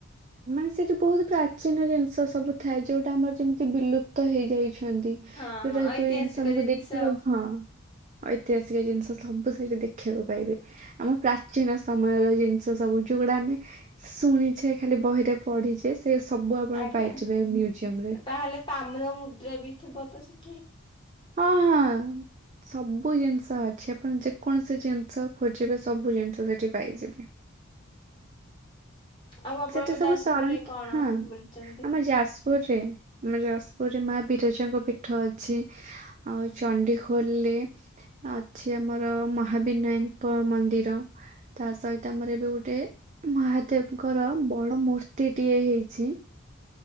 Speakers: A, on the right; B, on the left.
A: ମାନେ ସେ ବହୁତ୍ ପ୍ରାଚୀନ ଜିନ୍‌ଷ ସବୁ ଥାଏ ଜେଉଟା ଆମର୍ ଯେମ୍‌ତି ବିଲୁପ୍ତ ହେଇଯାଇଛନ୍ତି
B: ହଁ
A: ଯୋଉଟା
B: ଐତିହାସିକ
A: ଯଉ ୟଙ୍ଗ୍‌ସମ୍‌କୁ
B: ଜିନିଷ
A: ଦେଖିବାକୁ
B: ଆଉ।
A: ହଁ ଐତିହାସିକ ଜିନ୍‌ଷ ସବୁ ସେଇଠି ଦେଖିବାକୁ ପାଇବେ ଆମ ପ୍ରାଚୀନ ସମୟର ଜିନ୍‌ଷ ସବୁ ଯଉଗୁଡା ଆମେ ଶୁଣିଛେ ଖାଲି ବହିରେ ପଢିଛେ ସେ ସବୁ ଆପଣ
B: ଆଜ୍ଞା
A: ପାଇଯିବେ ମ୍ୟୁଜିୟମ୍‌ରେ
B: ତାହେଲେ ତାମ୍ର ମୁଦ୍ରା ବି ଥିବ ତ ସେଠି
A: ହଁ ହାଁ ସବୁ ଜିନ୍‌ଷ ଅଛି ଆପଣ ଯେକୌଣସି ଜିନ୍‌ଷ ଖୋଜିବେ ସବୁ ଜିନ୍‌ଷ ସେଠି ପାଇଯିବେ
B: ଆଉ ଆପଣଙ୍କ
A: ସେଠୀ ସବୁ
B: ଯାଜପୁରରେ
A: ସରଖିଁ
B: କଣ
A: ହଁ
B: ବୁଲିଛନ୍ତି?
A: ଆମ ଯାଜପୁର୍‌ରେ ଆମ ଜାସ୍‌ପୁର୍‌ରେ ମା ବିରଜାଙ୍କ ପୀଠ ଅଛି ଆଉ ଚଣ୍ଡି ଖୋଲେ ଅଛି ଆମର ମହାବିନାଇଁଙ୍କ ମନ୍ଦିର ତା ସହିତ ଆମର ଏବେ ଗୋଟେ ମହାଦେବ୍ କର ବଡ ମୂର୍ତ୍ତିଟିଏ ହେଇଛି